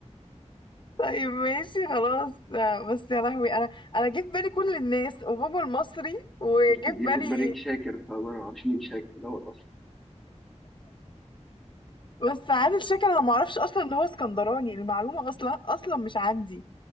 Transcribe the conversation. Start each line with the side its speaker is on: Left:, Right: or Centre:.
Left: طيب ماشي خلاص لا، بس يا لهوي انا انا جه في بالي كل الناس وبابا المصري وجه
Centre: قلت جه
Left: في بالي
Centre: في دماغك شاكر فانا ما اعرفش مين شاكر دوت اصلا
Left: بس عادل شكل انا ما اعرفش اصلا ان هو اسكندراني المعلومه اصلا اصلا مش عندي